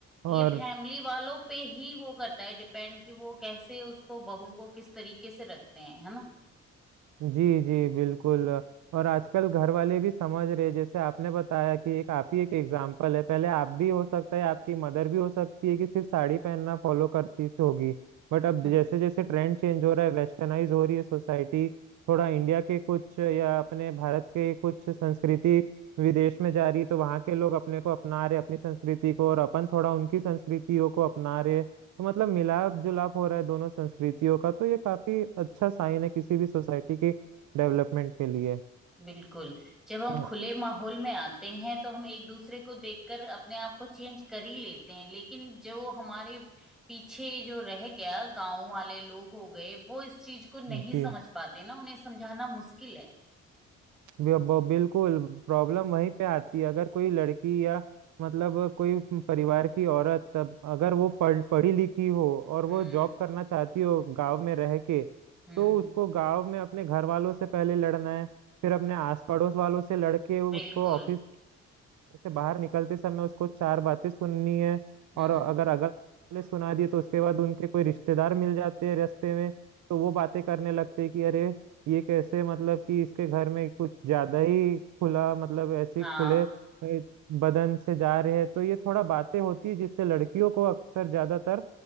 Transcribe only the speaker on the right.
और
जी जी बिल्कुल और आजकल घर वाले भी समझ रहे जैसे आपने बताया कि एक आप ही एक एग्जाम्पल है पहले आप भी हो सकता है आपकी मदर भी हो सकती है कि सिर्फ साड़ी पहनना फॉलो करती थी होगी बट अब
जैसे जैसे ट्रेंड चेंज हो रहा है वेस्टर्नाइज हो रही है सोसाइटी थोड़ा इंडिया के कुछ या अपने भारत के कुछ संस्कृति विदेश में जा रही है तो वहाँ के लोग अपने को अपना रहे अपनी संस्कृति को और अपन थोड़ा उनकी संस्कृतियों को अपना रहे तो मतलब मिलाप जुलाप हो रहा है दोनों संस्कृतियों का तो ये काफी अच्छा साइन है किसी भी सोसाइटी की डेवलपमेंट के लिए
हाँ,
जी
बि- ब- बिल्कुल प्रॉब्लम वहीं पे आती है अगर कोई लड़की या मतलब कोई परिवार की औरत तब अगर वो पढ़ पढ़ी लिखी हो और वो
जॉब करना चाहती हो गांव में रह के
तो उसको गांव में अपने घर वालों से पहले लड़ना है फिर अपने आस पड़ोस वालों से लड़के उसको
ऑफिस घर से बाहर निकलते समय उसको चार बातें सुननी है
और अगर
अगल वाले सुना दिए तो उसके बाद उनके कोई रिश्तेदार मिल जाते हैं रास्ते में तो वो बातें करने लगते हैं कि अरे ये कैसे मतलब कि इसके घर में कुछ ज्यादा ही खुला मतलब ऐसे
ही खुले ए, बदन से जा रहे हैं तो ये थोड़ा बातें होती है जिससे लड़कियों को अक्सर ज्यादातर